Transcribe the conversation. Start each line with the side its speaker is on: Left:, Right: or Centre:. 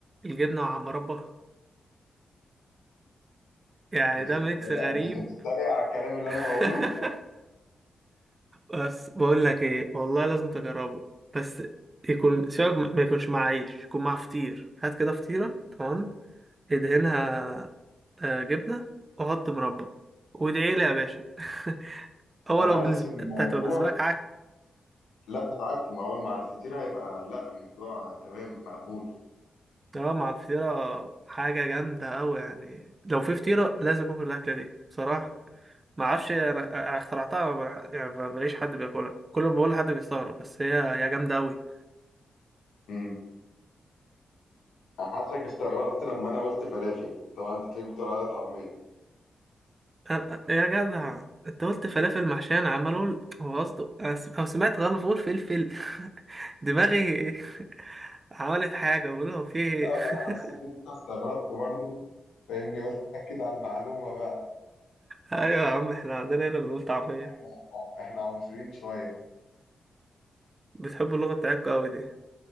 Right: الجبنة مع مربى يعني
Left: كنت
Right: ده
Left: بتتريق
Right: ميكس غريب
Left: وكنت بتتريق على الكلام اللي
Right: <laughs>
Left: انا بقوله
Right: بس بقول لك ايه والله لازم تجربه بس يكون سيبك ما ما يكونش مع عيش يكون مع فطير هات كده فطيرة تمام ادهنها آه، جبنة وحط مربى وادعي لي يا باشا <laughs>
Left: <laughs>
Right: هو
Left: انا
Right: لو
Left: حاسس
Right: بالنسبة
Left: ان الموضوع
Right: انت هتبقى بالنسبة لك
Left: لا مش عك ما اقول مع الفطير هيبقى لا الموضوع تمام مقبول
Right: اه مع الفطيرة حاجة جامدة أوي يعني لو في فطيرة لازم آكل الأكلة دي بصراحة ما اعرفش انا اخترعتها ما بح- يعني ما- ماليش حد بياكلها كل ما بقول لحد بيستغرب بس هي هي جامدة أوي
Left: امم حاسسك استغربت لما انا قلت فلافل طبعا انت تلاقيك بتقول عليها طعميه
Right: أنا- يا جدع انت قلت فلافل محشية انا عمال اقول هو قصده أنا س- او سمعت غلط بقول فلفل <laughs> دماغي <laughs> عملت حاجة بقول هو في ايه
Left: لا ما انا حسيت ان
Right: <laughs>
Left: انت استغربت برضو فاهمني قلت اكد على المعلومه بقى
Right: ايوه يا عم احنا عندنا هنا بنقول طعمية
Left: احنا احنا عنصريين شويه
Right: بتحبوا اللغة بتاعتكم أوي دي